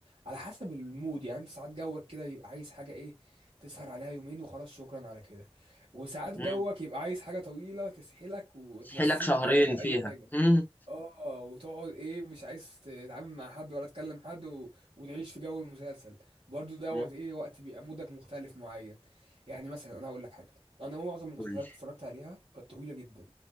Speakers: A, on the right; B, on the left.
A: على حسب المود يعني أنت ساعات جوك كده يبقى عايز حاجة إيه تسهر عليها يومين وخلاص شكرا على كده وساعات
B: امم
A: جوك يبقى عايز حاجة طويلة تسحلك وتنسيك
B: تحيلك شهرين
A: آه،
B: فيها
A: أي حاجة
B: امم
A: آه وتقعد إيه مش عايز تتعامل مع حد ولا تكلم حد و... وتعيش في جو المسلسل برضو دوت
B: امم
A: إيه وقت بيبقى مودك مختلف معين يعني مثلا أنا هقول لك حاجة أنا معظم المسلسلات
B: قول لي
A: اللي اتفرجت عليها كانت طويلة جدا